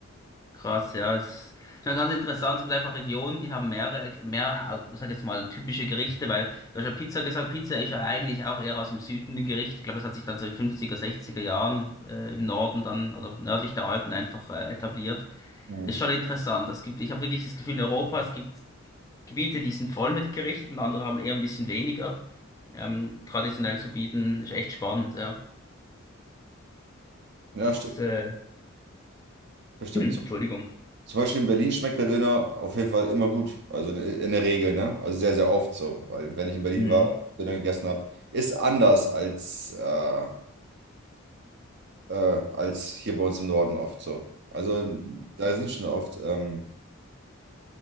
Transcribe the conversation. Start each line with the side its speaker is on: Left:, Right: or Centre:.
Left: krass, ja. Es ist schon ganz interessant. Es gibt einfach Regionen, die haben mehrere, mehr, äh, sag jetzt mal, typische Gerichte, weil du hast ja Pizza gesagt. Pizza ist ja eigentlich auch eher aus dem Süden ein Gericht. Ich glaube, das hat sich dann so in 50er, 60er Jahren äh, im Norden dann oder nördlich der Alpen einfach äh, etabliert.
Right: Mhm.
Left: Ist schon interessant. Es gibt, ich habe wirklich das Gefühl, in Europa, es gibt Gebiete, die sind voll mit Gerichten, andere haben eher ein bisschen weniger. Ähm, traditionell zu bieten, ist echt spannend, ja.
Right: Ja,
Left: Das,
Right: stimmt,
Left: äh, <clears throat>
Right: das stimmt.
Left: Entschuldigung.
Right: So. Zum Beispiel in Berlin schmeckt der Döner auf jeden Fall immer gut, also in in der Regel, ne? Also sehr, sehr oft so, weil wenn ich in Berlin
Left: Hm.
Right: war, Döner gegessen habe, ist anders als, äh, äh, als hier bei uns im Norden oft so. Also ähm, da sind schon oft, ähm,